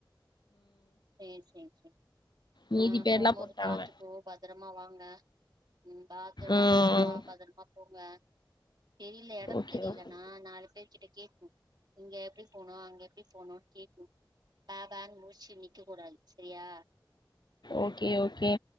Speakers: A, on the right; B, on the left.
A: சேரி சேரி சேரி
B: மீதி
A: ஆஹ்
B: பேர்லா
A: போம்போது
B: போட்டாங்க
A: பாத்து போ பத்திரம் அம்மா வாங்க உம் பாத்து
B: ம்
A: பதரமா வா பதரமா போங்க தெரில எடம்
B: ஓகே
A: தெரிலனா
B: ஓகே
A: நாலு பேரு கிட்ட கேட்னும் இங்க எப்டி போனும் அங்க எப்டி போனு கேட்னும் பா பான்னு முழிச்சுனு நிக் க்கக்க கூடாது செரியா
B: ஓகே ஓகே